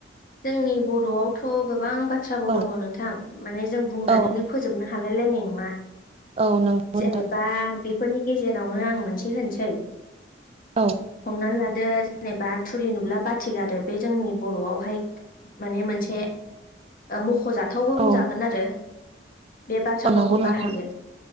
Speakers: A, on the left (about 45°); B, on the right (about 30°).
A: जोंनि बर'आवथ' गोबां बाथ्रा भाव
B: औ
A: दङ नोंथां माने जों बुंनानैनो
B: औ
A: फोजोबनो हालाय लायनाय नङा
B: औ नंगौ
A: जेनेबा
B: नोंथां
A: बेफोरनि गेजेरावनो आं मोनसे होननोसै
B: औ
A: हमनानै लादो जेनेबा थुरि नुब्ला बाथि गारो बे जोंनि बर'आवहाय माने मोनसे मख'जाथावबो बुंजागोन
B: औ
A: आरो बे बाथ्रा बावखौ
B: नंगौ नोंथां
A: बाहायो।